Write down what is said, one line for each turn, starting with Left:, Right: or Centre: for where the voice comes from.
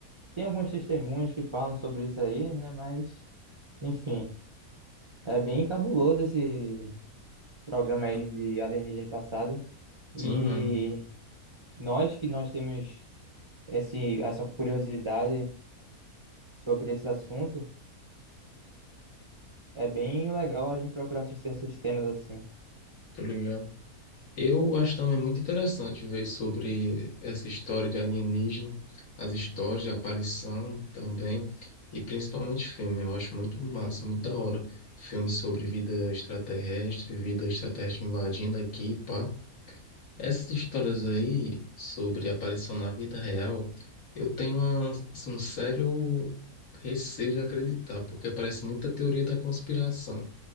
Right: Tem algumas testemunhas que falam sobre isso aí, né? Mas, enfim, é bem cabuloso esse programa aí de alienígenas passada. E
Left: Sim, mano,
Right: nós que nós temos esse, essa curiosidade sobre esse assunto, é bem legal a gente procurar assistir esses temas assim.
Left: tô ligado. Eu acho também muito interessante ver sobre essa história de alienígena, as histórias de aparição também, e principalmente filme. Eu acho muito massa, muito da hora. Filmes sobre vida extraterrestre, vida extraterrestre invadindo aqui, pá. Essas histórias aí sobre aparição na vida real, eu tenho uma- assim, um sério receio de acreditar, porque parece muita teoria da conspiração.